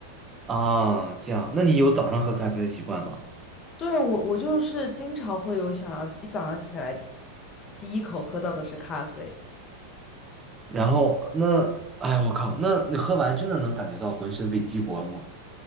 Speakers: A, on the right; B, on the left.
A: 啊，这样，那你有早上喝咖啡的习惯吗？
B: 对，我我就是经常会有想要一早上起来第一口喝到的是咖啡，
A: 然后那，哎，我靠，那你喝完真的能感觉到浑身被激活了吗？